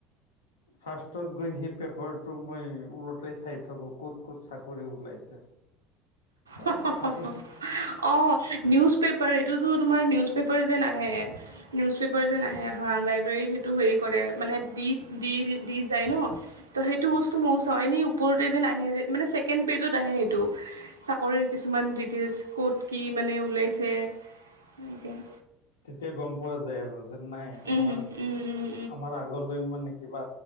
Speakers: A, on the left; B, on the right.
A: <inaudible> ফাৰ্ষ্টত গৈ সেই পেপাৰটো মই ওলতে চাই থাকো ক'ত ক'ত চাকৰি ওলাইছে। তাৰপিছত
B: অ
A: চাকৰি
B: নিউজ পেপ- পাৰ এইটোতো তোমাৰ নিউজ পেপাৰ যেন আহে। নিউজ পেপাৰ যেন আহে হাঁ লাইব্ৰেৰীত সেইটো হেৰি কৰে মানে দি দি দি যায় ন। ত সেইটো বস্তু মও চাওঁ এনেই ওপৰতে যেন আহে যে মানে ছেকেণ্ড পেজত আহে সেইটো। চাকৰিৰ কিছুমান ডিটেইলছ ক'ত কি মানে ওলাইছে এনেকে।
A: তেতিয়া গম পোৱা যায় আৰু যেন নাই
B: উম,
A: আমাৰ
B: উম, উম,
A: আমাৰ আগলৈ মানে কিবা